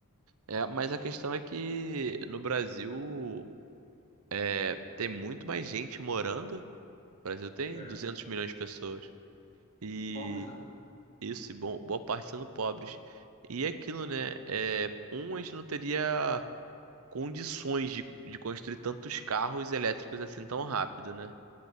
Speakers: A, on the right; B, on the left.
A: É, mas a questão é que no Brasil é, tem muito mais gente morando. O Brasil tem
B: É.
A: 200 milhões de pessoas. E
B: E pobres, né?
A: isso, e bom, boa parte sendo pobres. E é aquilo, né?
B: É.
A: É, um, a gente não teria condições de, de construir tantos carros elétricos assim tão rápido, né?